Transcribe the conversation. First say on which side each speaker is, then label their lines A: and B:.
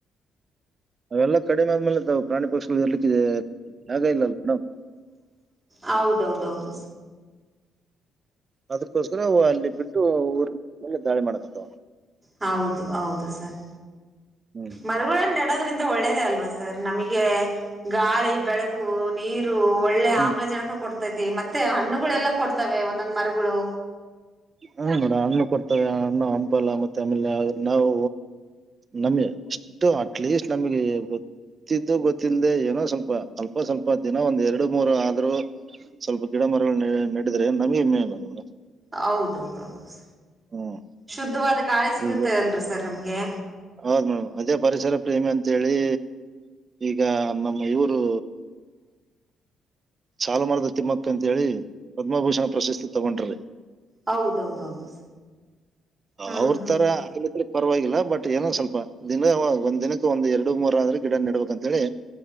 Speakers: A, on the right (about 35°); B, on the right (about 20°).
A: ಅವೆಲ್ಲಾ ಕಡಿಮೆ ಆದ್ಮೇಲೆ ತಾವು ಪ್ರಾಣಿ ಪಕ್ಷಿಗಳು ಇರ್ಲಿಕ್ಕ ಜಗ ಇಲ್ಲ ಮೇಡಮ್.
B: ಹೌದೌದೌದು.
A: ಅದಕ್ಕೋಸ್ಕರವು ಅಲ್ಲಿ ಬಿಟ್ಟು ಊರ ಮೇಲೆ ದಾಳಿ ಮಾಡಕತ್ತ.
B: ಹೌದು ಹೌದು ಸರ್
A: ಹ್ಮ್
B: ಮರಗಳು ನೆಡೋದ್ರಿಂದ. ಒಳ್ಳೇದ ಅಲ್ವಾ ಸರ್ ನಮಗೆ ಗಾಳಿ ಬೆಳಕು. ನೀರು ಒಳ್ಳೆ
A: ಹ್ಮ್
B: ಆಮ್ಲಜನಕ ಕೊಡ್ತೈತಿ ಮತ್ತೆ ಹಣ್ಣುಗಳೆಲ್ಲಾ ಕೊಡ್ತವೆ ಒಂದೊಂದ್ ಮರಗಳು
A: ಹೂ ನೋಡ ಹಣ್ಣು ಕೊಡ್ತವೆ ಹಣ್ಣು ಹಂಪಲ್ಲ ಮತ್ತೆ ಆಮೇಲೆ ನಾವು ನಮಿ ಎಷ್ಟು ಅಟ್ಲೀಸ್ಟ್ ನಮಗೆ ಗೊ ಗೊತ್ತಿದ್ದು ಗೊತ್ತಿಲ್ಲದೆೇ ಏನೋ ಸ್ವಲ್ಪ ಅಲ್ಪ ಸ್ವಲ್ಪ ದಿನ ಒಂದ್ ಎರಡು ಮೂರು ಆದ್ರು ಸ್ವಲ್ಪ ಗಿಡ ಮರಗಳು ನಡಿದ್ರೆ ನಮಗೆ <unintelligible>
B: ಹೌದೌದು ಸ
A: ಹ್ಮ್
B: ಶುದ್ಧವಾದ ಗಾಳಿ ಸಿಗುತ್ತೆ
A: ಈಗ
B: ಅಲ್ರೀ ಸರ್ ನಮ್ಗೆ
A: ಹೌದ್ ಮೇಡಮ್ ಅದೇ ಪರಿಸರ ಪ್ರೇಮಿ ಅಂತೇಳಿ ಈಗ ನಮ್ಮ ಇವರು ಸಾಲು ಮರದ ತಿಮ್ಮಕ್ಕ ಅಂತ ಹೇಳಿ ಪದ್ಮಭೂಷಣ ಪ್ರಶಸ್ತಿ ತಗೊಂಡ್ರು
B: ಹೌದೌದು ಸರ್ ಹಾ
A: ಅವ್ರ
B: ಹಾ
A: ತರಾ
B: ಹಾ
A: <unintelligible> ಪರವಾಗಿಲ್ಲ ಬಟ್ ಏನೊ ಸ್ವಲ್ಪ ದಿನ ಒಂದ್ ದಿನಕ್ಕೆ ಒಂದೆರಡು ಮೂರ ಆದ್ರು ಗಿಡ ನಡ್ಬೇಕಂತ ಹೇಳಿ